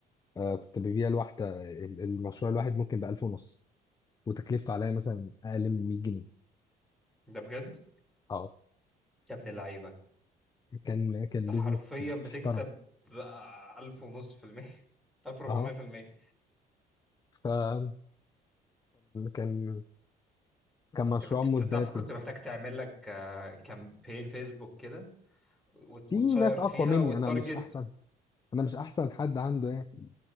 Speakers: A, on the left; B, in the centre.
A: آه كنت ببيع الواحدة ال- المشروع الواحد ممكن بألف ونص وتكلفته عليا مثلا أقل من 100 جنيه
B: ده بجد
A: اه
B: يا ابن اللعيبه
A: كان كان
B: انت
A: بيزنس
B: حرفيا بتكسب
A: محترم
B: بقى الف ونص في المية <laughs> الف ربعمية
A: اه
B: في المية
A: فكان كان كان مشروع
B: انت كنت
A: مزدهر
B: بتعرف
A: جدا
B: كنت محتاج تعمل لك كامبين فيسبوك كده وت-
A: في
B: وتشير
A: ناس
B: فيها
A: أقوى مني
B: والتارجت
A: أنا مش أحسن أنا مش أحسن حد عنده يعني